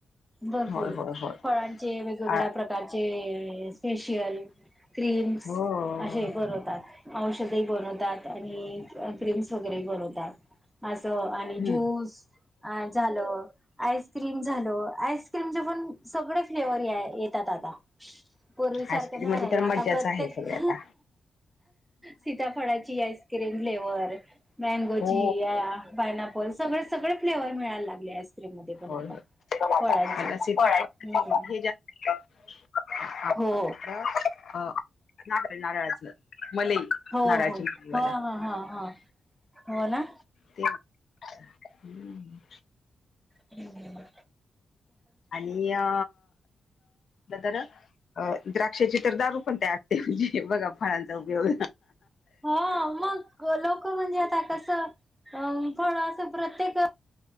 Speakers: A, in the centre; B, on the left (about 55°).
A: भरपूर
B: होय होय होय.
A: फळांचे वेगगळ्या
B: आ
A: प्रकार फळाचे फैशियल क्रीम्स
B: हो.
A: हे प्रॉडक्ट बनवतात औषधही बनवतात आणि क्रीम्स वगैरेही बनवतात असं आणि
B: हम्म,
A: ज्यूस अ झालं आईस्क्रीम झाल आईस्क्रीमचे पण सगळे फ्लेवर येतात आता पूर्वीसारखं
B: आईस्क्रीम
A: नाही
B: मध्ये
A: राहील
B: तर
A: आता
B: मज्जाच
A: प्रत्येक
B: आहे सगळी आता.
A: सीताफळााची आईस्क्रीम फ्लेवर मँगोची
B: हो,
A: पायनापल सगळे सगळे फ्लेवर मिळायला लागले आईस्क्रीम
B: <inaudible>
A: मध्ये पण आता फळांचे हम्म
B: <inaudible>
A: हो हो हो हो
B: मलईवालं
A: ह ह हा हो ना
B: ते हम्म
A: हम्म
B: आणि अ तर अ द्राक्षाची तर दारू पण तयार ते म्हणजे बघा फळांचा उपयोग
A: हा मग <unintelligible> <inaudible>